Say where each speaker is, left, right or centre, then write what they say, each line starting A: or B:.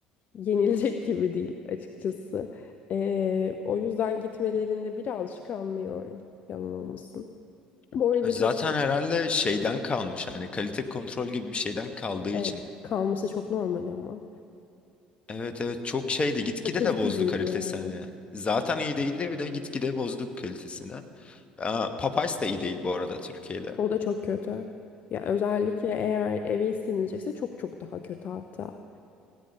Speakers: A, on the left (about 45°); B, on the left (about 30°).
A: yenilecek <laughs> gibi değil açıkçası. Ee, o yüzden gitmelerinde birazcık anlıyorum. Yalan olmasın. Bu arada
B: Zaten
A: çok
B: herhalde şeyden kalmış hani kalite kontrol gibi bir şeyden kaldığı için.
A: evet, kalması çok normal ama.
B: Evet evet çok şeydi gitgide
A: Sakız
B: de bozdu
A: gibiydi
B: kalitesini.
A: yani.
B: hani. Zaten iyi değildi bir de gitgide bozduk kalitesini. Aa, Popeyes de iyi değil bu arada Türkiye'de.
A: O da çok kötü. Ya özellikle eğer eve istenilecekse çok çok daha kötü hatta.